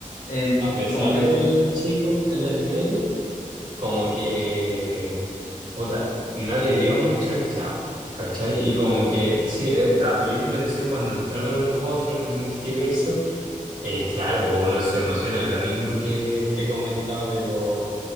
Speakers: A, on the left; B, on the right.
A: eh,
B: A pesar
A: como que
B: del chico, el del medio, como que puta, no le dio mucho el clavo, ¿cachai? Y como que, sí, eh, la película en sí, cuando entraron los otros en el multiverso, eh, claro, pues uno se emociona, lo mismo que te comentaba de los,